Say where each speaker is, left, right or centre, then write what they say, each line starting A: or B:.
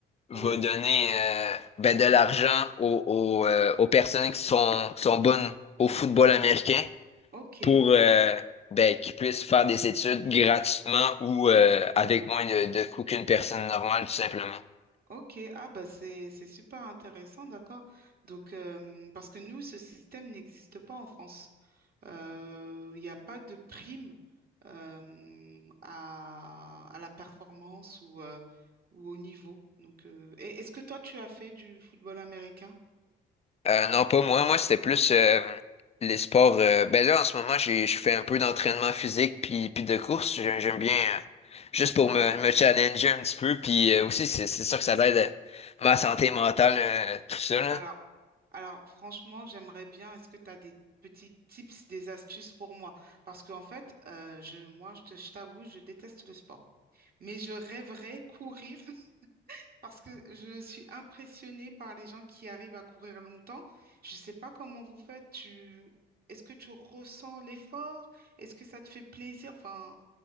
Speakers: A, on the left (about 30°); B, on the right (about 50°).
A: va
B: Oui.
A: donner euh, ben, de l'argent aux, aux, euh, aux personnes qui sont, qui sont bonnes au football américain
B: OK.
A: pour euh, ben, qu'ils puissent faire des études gratuitement ou euh, avec moins de, de coûts qu'une personne normale, tout simplement.
B: OK. Ah bah c'est c'est super intéressant, d'accord. Donc euh, parce que nous, ce système n'existe pas en France. Euh, Il n'y a pas de prime euh, à, à la performance ou, euh, ou au niveau. Donc, euh, et- est-ce que toi, tu as fait du football américain?
A: Euh, non, pas moi. Moi, c'était plus euh, les sports. euh, ben là, en ce moment, j'ai, je fais un peu d'entraînement physique puis, puis de course. J'ai- J'aime bien euh, juste pour
B: Ah,
A: me, me challenger un petit peu. Puis euh, aussi, c'est c'est sûr que ça aide euh, ma santé mentale, euh, tout ça, là.
B: alors, alors franchement, j'aimerais bien. Est-ce que tu as des petits tips, des astuces pour moi? Parce qu'en fait, euh, je, moi, je te- je t'avoue, je déteste le sport. Mais je rêverais courir Parce que je suis impressionnée par les gens qui arrivent à courir longtemps. Je ne sais pas comment vous faites. Tu... Est-ce que tu ressens l'effort? Est-ce que ça te fait plaisir? Enfin,